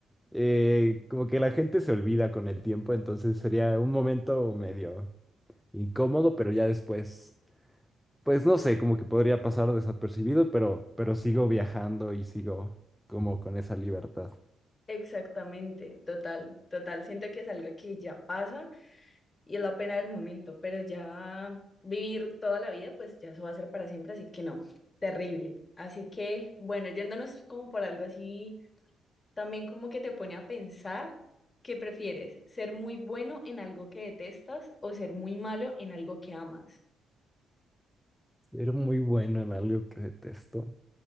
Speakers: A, in the centre; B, on the left (about 30°).
A: eh, como que la gente se olvida con el tiempo, entonces sería un momento medio incómodo, pero ya después pues no sé, como que podría pasar desapercibido, pero, pero sigo viajando y sigo como con esa libertad.
B: Exactamente, total, total. Siento que es algo que ya pasa y es la pena del momento, pero ya vivir toda la vida, pues ya eso va a ser para siempre, así que no, terrible. Así que, bueno, yéndonos como por algo así, también como que te pone a pensar qué prefieres, ser muy bueno en algo que detestas o ser muy malo en algo que amas.
A: Era muy bueno en algo que detesto.